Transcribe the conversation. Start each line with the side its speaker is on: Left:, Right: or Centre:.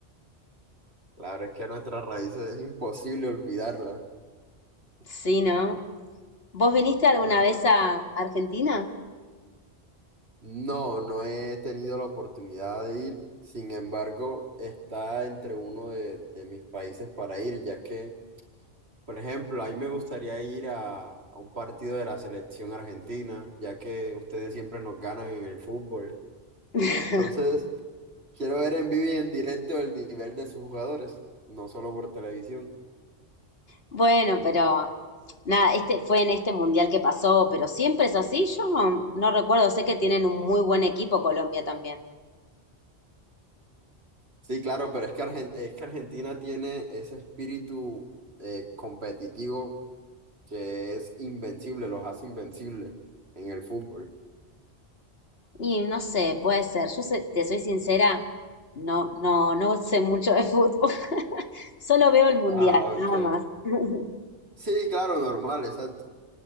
Right: La verdad es que nuestras raíces es imposible olvidarlas.
Left: Sí, ¿no? ¿Vos viniste alguna
Right: Claro.
Left: vez a Argentina?
Right: No, no he tenido la oportunidad de ir. Sin embargo, está entre uno de, de mis países para ir, ya que, por ejemplo, a mí me gustaría ir a, a un partido de la selección argentina, ya que ustedes siempre nos ganan en el fútbol.
Left: <laughs>
Right: Entonces, quiero ver en vivo y en directo el nivel de sus jugadores, no solo por televisión.
Left: Bueno, pero nada, este fue en este mundial que pasó, pero siempre es así. Yo no, no recuerdo, sé que tienen un muy buen equipo Colombia también.
Right: Sí, claro, pero es que, Argen- es que Argentina tiene ese espíritu eh, competitivo que es invencible, los hace invencibles en el fútbol.
Left: Y no sé, puede ser. Yo sé- te soy sincera, no, no, no sé mucho de fútbol. <laughs> Solo veo el mundial,
Right: Ah, ok.
Left: nada más. <laughs>
Right: Sí, claro, normal, exacto.